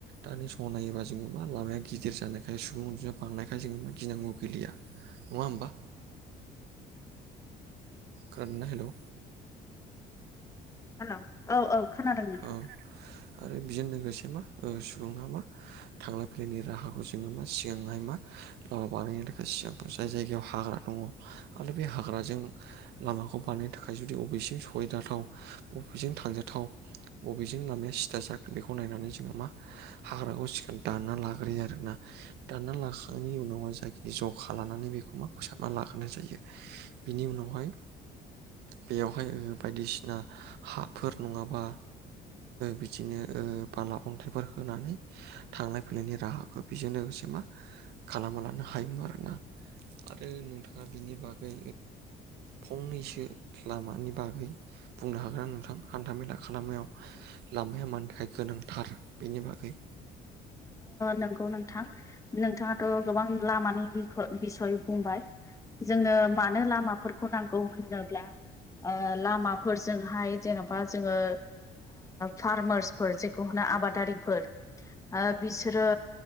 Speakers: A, on the right; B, on the left.
A: दानि समाव नायोबा जोङो मा लामाया गिदिर जानायखाय सुबुं अनजिमाया बांनायखाय जोङो मा गिनांगौ गैलिया। नङा होमबा। खोनादोंना हेल'।
B: हेल' औ औ खोनादों नोंथां।
A: औ आरो बेजों लोगोसे मा सुबुङा मा थांलाय फैलायनि राहाखौ जोङो मा सिगांहाय मा लामा बानायनायनि थाखाय सिगांफोराव जाय जायगायाव हाग्रा दङ आरो बे हाग्राजों लामाखौ बानायनो थाखाय जुदि अबेजों सहायजाथाव बबेजों थांजाथाव बबेजों लामाया सिथा जागोन। बेखौ नायनानै जोङो मा हाग्राखौ सिखोन दाना लाग्रोयो आरोना। दानना लाखांनायनि उनाव जाखिनि जखा लानानै बेखौ मा फोसाबना लाग्राय जायो। बिनि उनावहाय बेयावहाय बायदिसिना हाफोर नङाबा बिदिनो बाला अन्थाइफोर होनानै थांलाय फैलायनि राहाखौ बेजों लोगोसे मा खालामना लानो हायोमोन आरोना। आरो नोंथाङा बिनि बागै फंनैसो लामानि बागै बुंनो हागोन नोंथां हान्थामेला खालामाव लामाया मानि थाखाय गोनांथार। बेनि बागै
B: नंगौ नोंथां नोंथाङाथ' गोबां लामानि बिसय बुंबाय। जोंनो मानो लामाफोरखौ नांगौ होनोब्ला लामा फोरजोंहाय जेन'बा जोङो फार्मारसफोर जेखौना आबादारिफोर बिसोरो